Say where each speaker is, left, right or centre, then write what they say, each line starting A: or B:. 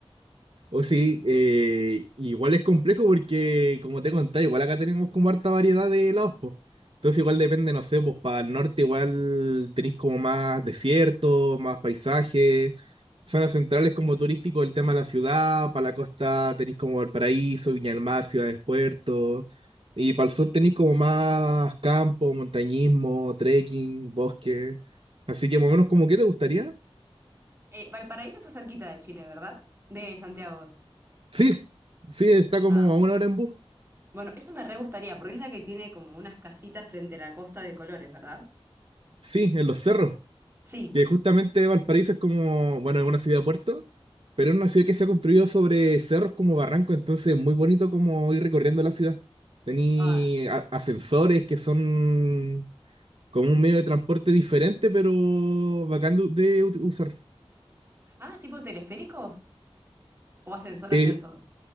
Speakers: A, on the right; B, on the right.
A: O sí, eh, igual es complejo porque, como te contaba, igual acá tenemos como harta variedad de lados, pues. Entonces igual depende, no sé, pues para el norte igual tenéis como más desierto, más paisaje, zonas centrales como turístico, el tema de la ciudad, para la costa tenéis como Valparaíso, Viña del Mar, ciudades, puertos, y para el sur tenéis como más campo, montañismo, trekking, bosque. Así que más o menos como qué te gustaría
B: Eh, Valparaíso está cerquita de Chile, ¿verdad? De Santiago.
A: Sí, sí, está como
B: Ah.
A: a una hora en bus.
B: Bueno, eso me re gustaría, porque es la que tiene como unas casitas frente a la costa de colores, ¿verdad?
A: Sí, en los cerros.
B: Sí.
A: Que justamente Valparaíso es como, bueno, es una ciudad puerto, pero es una ciudad que se ha construido sobre cerros como barranco, entonces es muy bonito como ir recorriendo la ciudad. Tení
B: Ah,
A: a- ascensores que son como un medio de transporte diferente, pero bacán de, de ut- usar.
B: ah, ¿tipo teleféricos? ¿O ascensor,
A: Eh,
B: ascensor?